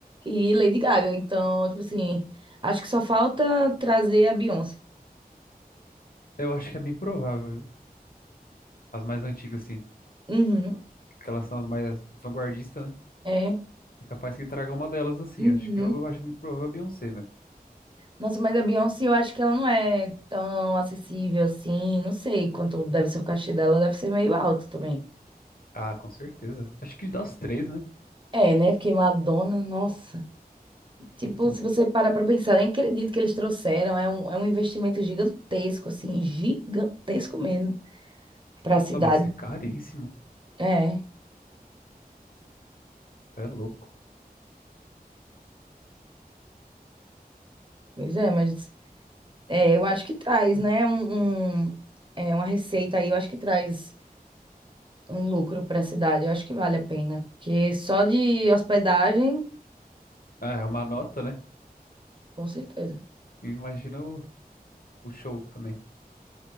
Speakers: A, on the right; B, on the left.
A: e Lady Gaga. Então, tipo assim, acho que só falta trazer a Beyoncé.
B: Eu acho que é bem provável. viu? As mais antigas, assim,
A: Uhum.
B: que elas são as mais vanguardistas, né?
A: É.
B: É capaz que traga uma delas, assim.
A: Uhum.
B: Acho que eu, eu acho muito provável a Beyoncé mesmo.
A: Nossa, mas a Beyoncé, eu acho que ela não é tão acessível assim. Não sei quanto deve ser o cachê dela, deve ser meio alto também.
B: Ah, com certeza. Acho que das três, né?
A: É, né? Porque Madonna, nossa. Tipo,
B: Então.
A: se você parar pra pensar, nem acredito que eles trouxeram. É um, é um investimento gigantesco, assim, gigantesco mesmo pra cidade.
B: Não, deve ser caríssimo.
A: É,
B: É louco.
A: pois é, mas é, eu acho que traz,
B: É.
A: né? Um, um- é, uma receita aí, eu acho que traz um lucro pra cidade. Eu acho que vale a pena. Porque só de hospedagem.
B: Ah, é uma nota, né?
A: Com certeza.
B: E Imagina o, o show também.